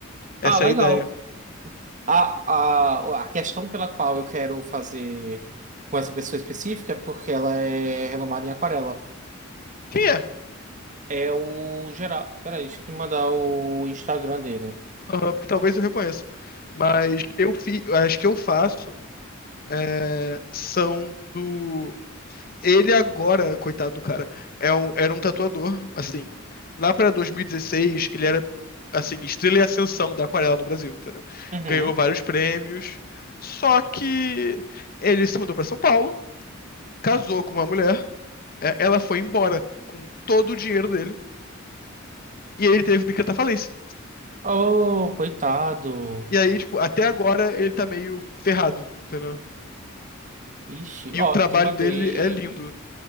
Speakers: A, on the left; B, on the right.
A: Essa
B: Ah, legal.
A: é a ideia.
B: A, a, a questão pela qual eu quero fazer com essa pessoa específica é porque ela é renomada em aquarela.
A: Quem é?
B: É o Geraldo. Peraí, deixa eu te mandar o Instagram dele.
A: Aham, porque talvez eu reconheça. Mas eu fi, as que eu faço é, são do. Ele agora, coitado do cara, é um- era um tatuador, assim. Lá pra 2016, ele era, assim, estrela e ascensão da aquarela no Brasil, entendeu?
B: Uhum.
A: Ganhou vários prêmios. Só que ele se mudou pra São Paulo, casou com uma mulher, é, ela foi embora com todo o dinheiro dele. E aí ele teve que decretar falência.
B: Oh, coitado.
A: E aí, tipo, até agora ele tá meio ferrado, entendeu?
B: Ixi,
A: E
B: ó,
A: o trabalho
B: te mandei.
A: dele é lindo